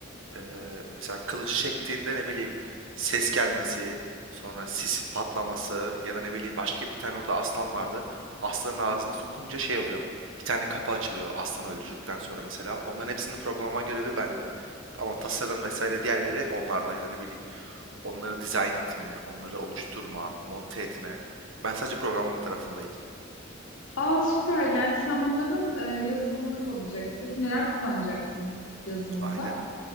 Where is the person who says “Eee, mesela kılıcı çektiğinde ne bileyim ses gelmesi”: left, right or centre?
Right